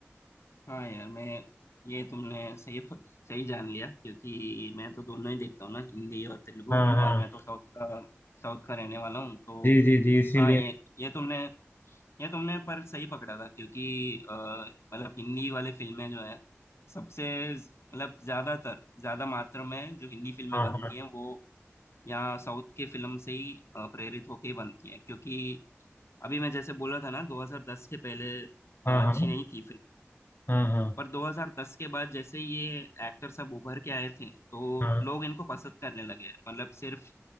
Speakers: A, on the left (about 65°); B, on the left (about 50°).
A: हाँ यार मैं ये तुमने सही सही जान लिया क्योंकि मैं तो दोनों ही देखता हूँ ना हिंदी और तेलुगु
B: हाँ हाँ
A: और मैं तो साउथ का साउथ का रहने वाला हूँ तो
B: जी जी जी इसीलिए
A: हाँ ये ये तुमने ये तुमने पर सही पकड़ा था क्योंकि अ, मतलब हिंदी वाले फिल्में जो है सबसे मतलब ज्यादातर ज्यादा मात्रा में जो हिंदी फिल्में
B: हाँ
A: बनती
B: हाँ
A: हैं वो यहाँ साउथ के फिल्म से ही अ, प्रेरित होके ही बनती हैं क्योंकि अभी मैं जैसे बोला था ना 2010 के पहले अ,
B: हाँ
A: अच्छी
B: हाँ
A: नहीं थी
B: हाँ हाँ
A: पर 2010 के बाद जैसे ही ये एक्टर सब उभर के आए थे तो
B: हाँ
A: लोग इनको पसंद करने लगे मतलब सिर्फ